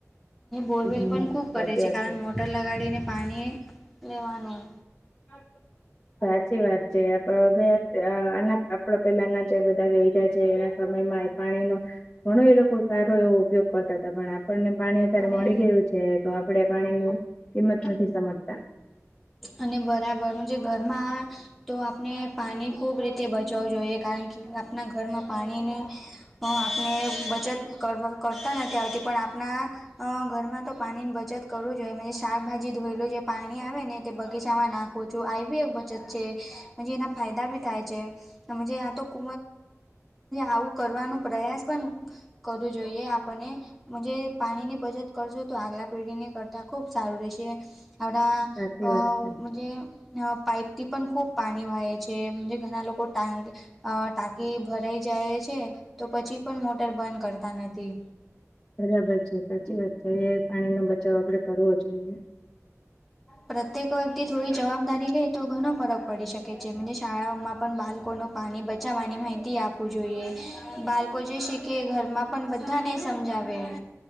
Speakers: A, in the centre; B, on the left.
A: બોરવેલ
B: હમ
A: પણ ખૂબ
B: સાચી
A: કરે છે,
B: વાત
A: કારણ મો ટર લગાડીને પાણી લેવાનું,
B: <unintelligible> સાચી વાત છે આપડ ગયા આના આપડે પેલાના જે બધા રહ્યા છે, એના સમયમાં પાણીનો ઘણો એ લોકો સારો એવો ઉપયોગ કરતા હતા, પણ આપણને પાણી અત્યારે
A: અને
B: મળી ગયું છે તો આપડે પાણી ન કિંમત નથી સમજતા.
A: અને બરાબર મજે ઘરમાં તો આપણે પાણી ખૂબ રીતે બચાવવું જોઈએ કારણ કે આપણા ઘરમાં પાણીની, અ આપને બચત કરતા નથી આવતી પણ આપણા. અ ઘરમાં તો પાણીની બચત કરવું જોઈએ શાકભાજી ધોયેલ છે. પાણી આવે ને તે બગીચામાં નાખું છું આવી બી એક બચત છે પ જે એના ફાયદા બી થાય છે. આ તો ક આવું કરવાનો પ્રયાસ પણ કરવું જોઈએ, આપને જ પાણી ની બચત કરશું તો આગલા પેઢીની કરતા ખુબ સારું રહેશે. આવડાજે,
B: સાચી વાત છે
A: અ પાઈપ થી પણ ખૂબ પાણી વય છે, જ ઘણા લોકો ટાક અ ટાંકી ભરાઈ જાય છે તો પછી પણ મોટર બંધ કરતા નથી.
B: બરાબર છે સાચી વાત છે એ પાણી નો બચાવ આપડે કરવો જોઈએ.
A: પ્રત્યેક વ્યક્તિ થોડી જવાબદારી લે તો ઘણ ફરક પડી શકે છે શાળાઓમાં, પણ બાળકોનું પાણી બચાવવાની માહિતી આપવું જોઈએ, બાળકો જે શીખે ઘરમાં પણ બધાને સમજાવે.